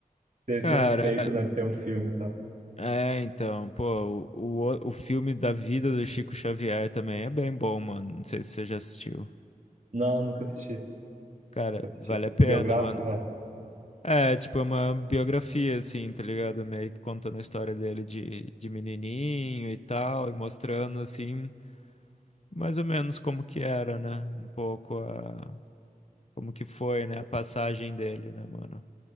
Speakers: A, on the right (about 55°); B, on the left (about 45°).
A: ter
B: Cara,
A: esse respeito, né? de Ter um filme e tal.
B: é, então, pô, o, o, o filme da vida do Chico Xavier também é bem bom, mano. Não sei se você já assistiu.
A: Não, nunca assisti.
B: Cara,
A: Nunca assisti.
B: vale a pena,
A: Biográfico?
B: mano.
A: É,
B: É, tipo, é uma biografia, assim, tá ligado? Meio que contando a história dele de, de menininho e tal, e mostrando, assim, mais ou menos como que era, né? Um pouco a... como que foi, né? A passagem dele, né, mano?